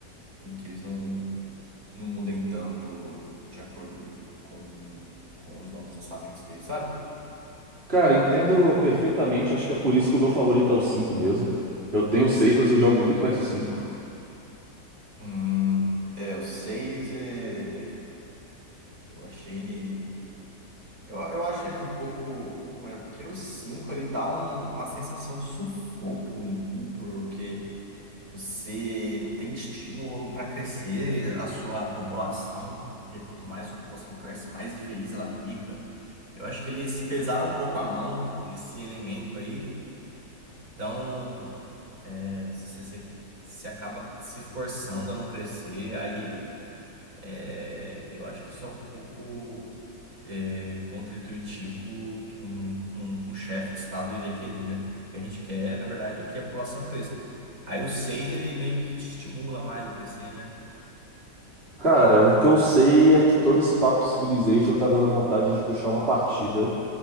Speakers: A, on the right; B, on the right.
A: e que eles não, não mudem tanto de acordo com, com os novos lançamentos deles, sabe?
B: Cara, entendo perfeitamente. Acho que é por isso que o meu favorito é o 5 mesmo. Eu tenho o 6, mas eu jogo muito mais o 5.
A: Hum, é, o 6 é. Eu achei ele. Eu, eu acho ele um pouco, um pouco melhor, porque o 5 ele dá um- uma sensação de sufoco em mim, porque você não tem estímulo para crescer a sua população, porque quanto mais a sua população cresce, mais infeliz ela fica. Então, Eu acho que eles pesaram um pouco a mão nesse elemento aí, então é, você, você, você acaba se forçando a não crescer, aí é, eu acho que isso é um pouco é, contra que um, um, um chefe de Estado iria querer, né? O que a gente quer, na verdade, é que a população cresça. Aí o seis ele meio que te estimula mais a crescer, né?
B: Cara, o que eu sei é que todo esse papo de Civilization tá dando vontade de puxar uma partida.